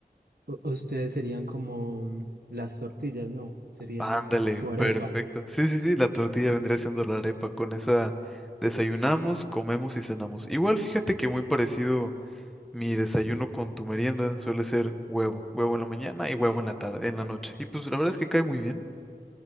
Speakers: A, on the right; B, in the centre.
A: u- ustedes serían como las tortillas, no, serían
B: Ándale,
A: su arepa.
B: perfecto. Sí, sí, sí, la tortilla vendría siendo la arepa. Con esa desayunamos, comemos y cenamos. Igual, fíjate que muy parecido mi desayuno con tu merienda suele ser huevo, huevo en la mañana y huevo en la tarde, en la noche. Y pues la verdad es que cae muy bien.